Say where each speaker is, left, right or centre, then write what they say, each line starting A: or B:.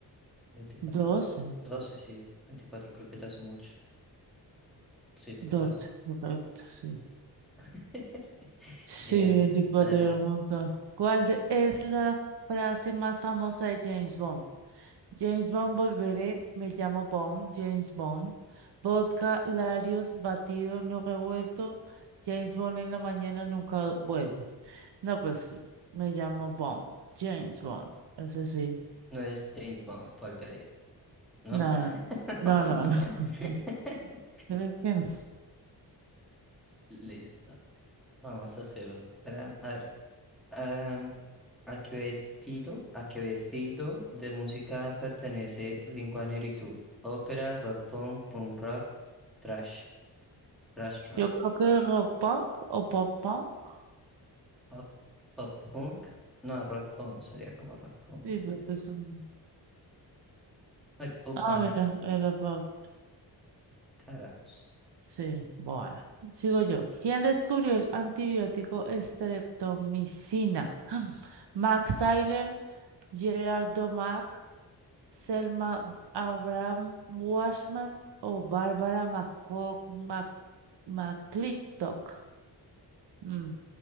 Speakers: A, in the centre; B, on the right.
A: veinticuatro
B: 12,
A: pa- do- 12, sí. veinticuatro creo que ya son muchos. Sí, total.
B: 12, correcto, sí.
A: <laughs>
B: Sí,
A: Bien,
B: 24
A: dale.
B: era un montón. ¿Cuál de- es la frase más famosa de James Bond? James Bond, volveré, me llamo Bond, James Bond. Vodka, Larios, batido, no revuelto. James Bond en la mañana nunca vuelve. No, pues me llamo Bond, James Bond. Ese sí.
A: No es James Bond, volveré, ¿no?
B: No,
A: <laughs>
B: no, no, no. no. <laughs> Creo que no.
A: Listo. Vamos a hacer otra. A ver. Am, ¿a qué estilo, a qué estilo de música pertenece Blink-182? Ópera, rock punk, punk rock, trash, trash rock,
B: Yo creo que rock punk o pop punk.
A: pop, pop punk, no, rock punk, sería como rock punk,
B: Sí,
A: diría.
B: porque son-
A: Ay, pop
B: Ah,
A: punk,
B: mira, era pop.
A: carajos.
B: Sí, bueno, sigo yo. ¿Quién descubrió el antibiótico estreptomicina? <gasps> Max Tyler, Gerard Domack, Selma Abraham Washman o Bárbara McCo- Mac- McClintock. Mm.